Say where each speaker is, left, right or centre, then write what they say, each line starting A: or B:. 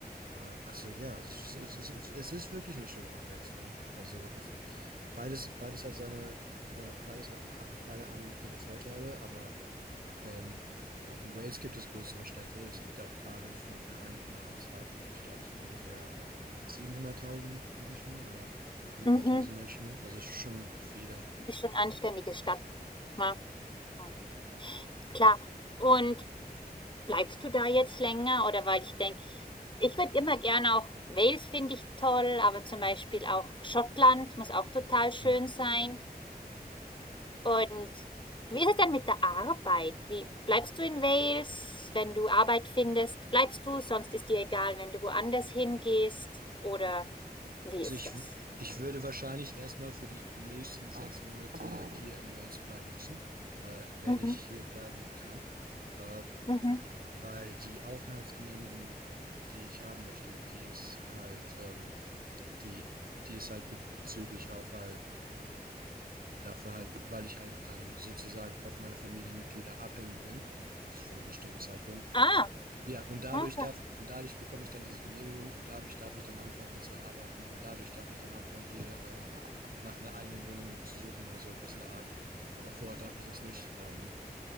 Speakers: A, on the right; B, on the left.
A: äh, also ja, es ist, es ist, es ist wirklich eine schöne Abwechslung. Also oft, beides, beides hat seine, äh, beides ha, ha- beide haben ihre Vorteile, aber ähm, auch in Wales gibt es größere Städte. Es gibt ja auch Cardiff mit einer Einwohneranzahl von, ich glaube, so ungefähr ähm, 700.000 Menschen oder fünfhunderttausend
B: mhm.
A: Menschen. Also es ist schon viele.
B: Ist schon eine anständige Stadt. Ja, ja, klar. Und Bleibst du da jetzt länger oder weil ich denke, ich würde immer gerne auch Wales finde ich toll, aber zum Beispiel auch Schottland muss auch total schön
A: Hm.
B: sein. Und wie ist es denn mit der Arbeit? Wie bleibst du in Wales, wenn du Arbeit findest? Bleibst du, sonst ist dir egal, wenn du woanders hingehst? Oder wie
A: Also
B: ist
A: ich,
B: das?
A: w- ich würde wahrscheinlich erstmal für die nächsten sechs Monate hier in Wales bleiben müssen, äh, wenn
B: Mhm,
A: ich hier bleiben kann, äh,
B: mhm.
A: weil die Aufenthaltsgenehmigung, die ich haben möchte, die ist halt, ähm, die, die ist halt be bezüglich Aufhalt dafür halt, weil ich halt dann sozusagen auf meine Familienmitglieder abhängig bin, für einen bestimmten Zeitpunkt.
B: Ah,
A: Ja, und dadurch
B: okay.
A: darf, und dadurch bekomme ich dann diese Genehmigung und dadurch darf ich dann anfangen, hier zu arbeiten und dadurch darf ich dann anfangen, hier äh, nach einer eigenen Wohnung zu suchen oder so etwas in der Art. Aber vorher darf ich das nicht. Ähm,